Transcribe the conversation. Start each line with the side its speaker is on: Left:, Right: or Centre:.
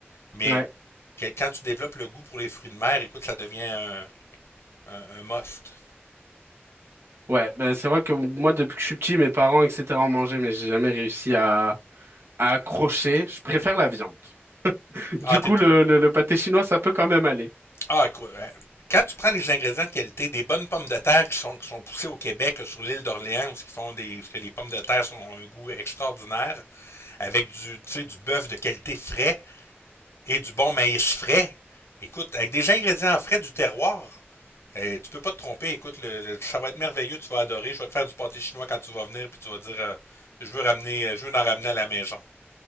Left: Mais
Right: Ouais.
Left: que- quand tu développes le goût pour les fruits de mer, écoute, ça devient un, un- un must.
Right: Ouais. Ben c'est vrai que moi, depuis que je suis petit, mes parents, etc., en mangeaient, mais j'ai jamais réussi à, à accrocher. Je préfère la viande. <laughs> Du
Left: Ah, t'es-
Right: coup, le, le, le pâté chinois, ça peut quand même aller.
Left: ah, quoi, hein. Quand tu prends les ingrédients de qualité, des bonnes pommes de terre qui sont, qui sont poussées au Québec, là, sur l'île d'Orléans, où ce qu'ils font des, parce que les pommes de terre sont- ont un goût extraordinaire, avec du, tu sais, du bœuf de qualité frais et du bon maïs frais. Écoute, avec des ingrédients frais du terroir, euh, tu peux pas te tromper. Écoute, le- le- ça va être merveilleux, tu vas adorer. Je vais te faire du pâté chinois quand tu vas venir, puis tu vas dire, euh, je veux ramener, je veux en ramener à la maison.